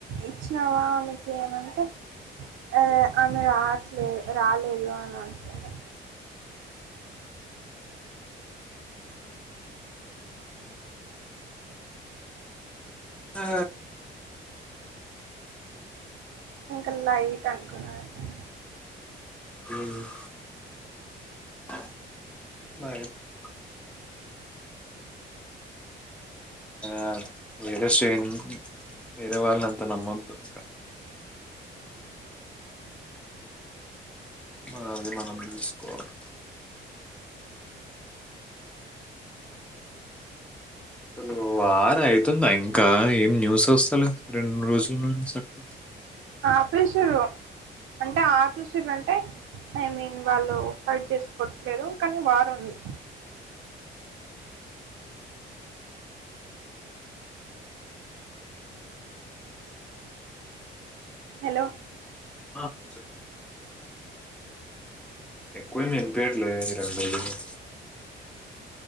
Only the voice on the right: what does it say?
ఇచ్చవా ఆమెకియమంటె. ఆ ఆమె రాట్లేదు రాలేదు అని అంటుంది.
ఇంక లైటనుకున్న నేను.
అపేషిర్రు అంటే ఆపెషిర్రంటె ఐ మీన్ వాళ్ళు ఫైట్ జేస్కోట్లేరు కాని వారుంది. హెలొ.